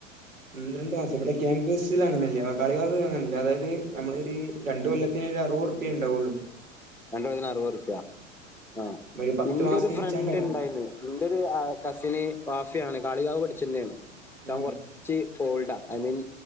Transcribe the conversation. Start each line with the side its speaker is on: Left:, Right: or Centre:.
Right: ഒന്ന് രണ്ടു മാസം ഇവിടെ ക്യാമ്പസ് ഇതിൽ അങ്ങനൊന്നുമില്ല കളികൾ അങ്ങനെയല്ല അതായത് നമ്മളൊരു രണ്ട് കൊല്ലത്തിന് ഒരറുപത് ഉറപ്പേ ഉണ്ടാവയുള്ളു <inaudible>
Centre: രണ്ട്കൊല്ലത്തിന് അറുപ്യാ ആ
Right: ഒരു പത്ത്
Centre: ഇന്റെ
Right: മാസം
Centre: ഒരു ഫ്രണ്ട്
Right: വെച്ചാണ്ടാവണം
Centre: ഇണ്ടായില് എന്റെ ഒരു കസിന് വാഫിയാണ് കാളികാവ് പഠിച്ചുന്നെയാണ് അവൻ
Right: ഉം
Centre: കൊറ ച്ച് ഓൾഡാ ഐ മീൻ